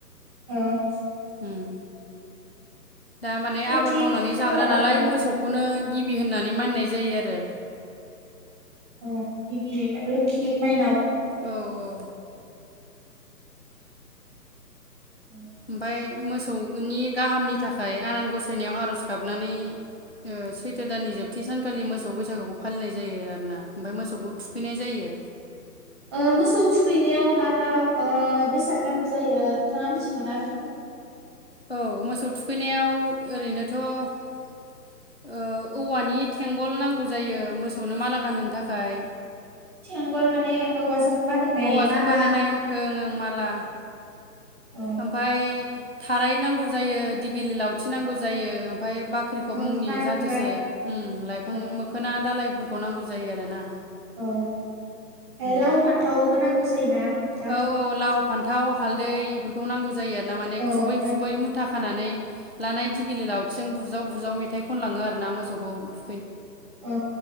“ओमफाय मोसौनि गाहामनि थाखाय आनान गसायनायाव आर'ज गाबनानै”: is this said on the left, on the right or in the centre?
Left